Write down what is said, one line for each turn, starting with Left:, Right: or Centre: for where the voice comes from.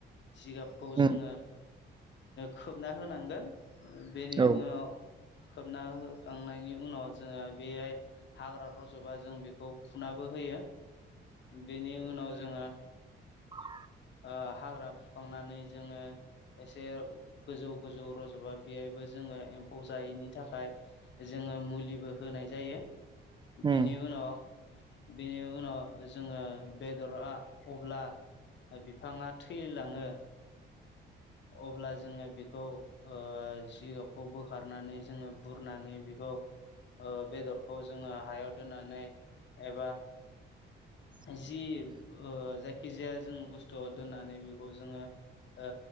Left: जिगाबखौ जोङो
Right: उम
Left: खोबना होनांगोन बेनि
Right: औ
Left: उनाव खोबना होखांनायनि उनाव जोङो बेहाय हाग्रा रजबा जों बेखौ फुना होयो बेनि उनाव जोंङो
Right: <inaudible>
Left: ओ हाग्रा फुखांनानै जोंङो एसे गोजौ गोजौ रजबा बेहायबो जोङो एम्फौ जायैनि थाखाय जोङो मुलिबो होनाय जायो
Right: उम
Left: बिनि उनाव बिनि उनाव ओ जोङो बेदरा अब्ला बिफाङा थैलाङो अब्ला जोङो बेखौ ओ जिगाबखौ बोखारनानै जोङो बुरनानै बेखौ खौ ओ बेदरखौ जोङो हायाव दोननानै एबा
Right: <inaudible>
Left: जि ओ जायखिजाया जों बुस्थुआव दोननानै बेखौ जोङो ओ